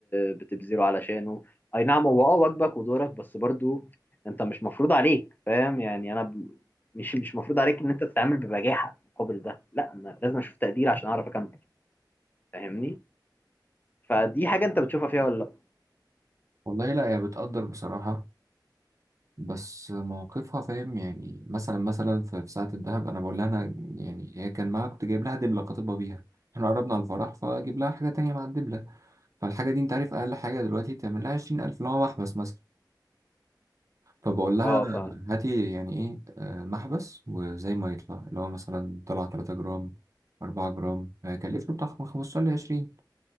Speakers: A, on the left; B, on the right.
A: بتبذله علشانه اي نعم هو اه واجبك ودورك بس برضو انت مش مفروض عليك فاهم يعني انا مش مش مفروض عليك ان انت تتعامل ببجاحه مقابل ده لا انا لازم اشوف تقدير عشان اعرف اكمل فاهمني فدي حاجه انت بتشوفها فيها ولا لا
B: والله لا هي بتقدر بصراحة بس موقفها فاهم يعني مثلا مثلا في في ساعة الدهب أنا بقول لها أنا يعني هي كان معاها كنت جايب لها دبلة خاطبة بيها إحنا قربنا على الفرح فأجيب لها حاجة تانية مع الدبلة فالحاجة دي أنت عارف أقل حاجة دلوقتي تعمل لها عشرين ألف اللي هو محبس مثلا فبقول لها
A: اه
B: مم.
A: فعلا
B: هاتي يعني إيه آه، محبس وزي ما يطلع اللي هو مثلا طلع تلاتة جرام أربعة جرام هيكلف له بتاع خمستاشر لعشرين